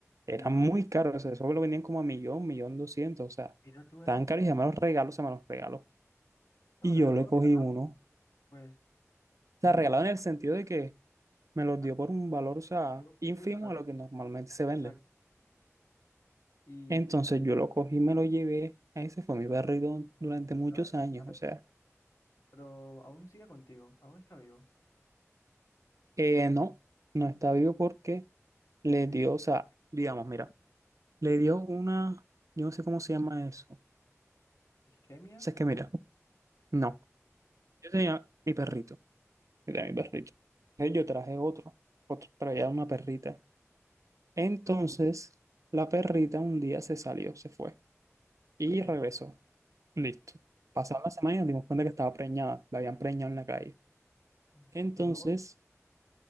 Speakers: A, on the right (about 80°); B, on the left (about 80°).
A: Eran
B: Sí,
A: muy caros. O sea, esos lo vendían como a millón, millón doscientos. O sea,
B: mira tú
A: estaban
B: eso.
A: caros y se me los regaló, se me los regaló.
B: Bueno,
A: Y
B: regalado,
A: yo le cogí
B: regalado,
A: uno. O
B: pues,
A: sea,
B: ajá,
A: regalado
B: tampoco.
A: en el sentido de que me los
B: Ah,
A: dio por un valor, o sea,
B: te lo digo,
A: ínfimo
B: muy barato.
A: a lo que normalmente se vende.
B: Exacto. Y,
A: Entonces yo lo cogí, me lo llevé. Ese fue mi perrito durante muchos
B: pero, a ver,
A: años.
B: a ver,
A: O sea,
B: pero aún sigue contigo, aún está vivo.
A: eh, no, no está vivo porque le
B: ¿De
A: dio,
B: qué
A: o sea,
B: país?
A: digamos, mira. Le dio una, yo no sé cómo se llama eso. O
B: ¿Isquemia?
A: sea, es que mira, no. Yo tenía mi perrito. Yo tenía mi perrito. Entonces yo traje otro, otro, pero ya una perrita. Entonces, la perrita un día se salió, se fue y
B: Ok.
A: regresó. Listo. Pasaron las semanas y nos dimos cuenta que estaba preñada, la habían preñado en la calle.
B: Ujú.
A: Entonces,
B: Qué loco.